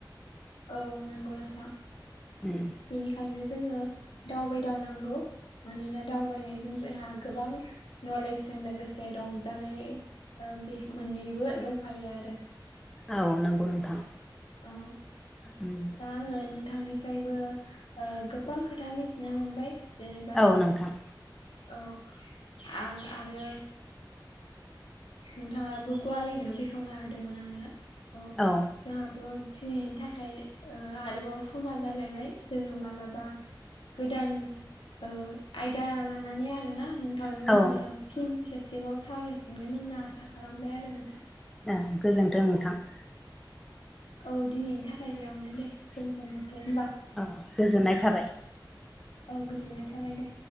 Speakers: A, on the left; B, in the centre.
A: औ नंगौ नोंथां
B: उम
A: बेनिखायनो जोङो दावबायदावनांगौ मानोना दावबायनायजों जोंहा गोबां नलेजजों लोगोसे रंजानाय बे मोननैबो दंफायो आरो
B: औ नंगौ नोंथां।
A: उम।
B: उम
A: दा आङो नोंथांनिफ्रायबो ओ गोबां खोथा मिथिनो मोनबाय जेनेबा
B: औ नोंथां
A: औ आं आरो नोंथाङाबो गुवारैनो बेखेवना होदोंमोन आंनो। अ
B: औ।
A: जोंहाथ' दिनैनि थाखाय आरोबाव समा जालायबाय। जोङो मालाबा गोदान ओ आयदा लानानै आरोना नों थांनो
B: औ
A: आङो
B: औ
A: फिन खेबसेबाव सावरायफिनगोन होनना आसा खालामबाय आरो नोंथां।
B: ओं गोजोन्थों नोंथां।
A: औ दिनैनि थाखाय बेयावनो दे दोनथ'नोसै होनबा।
B: औ गोजोननाय थाबाय।
A: औ गोजोननाय थाबाय दे।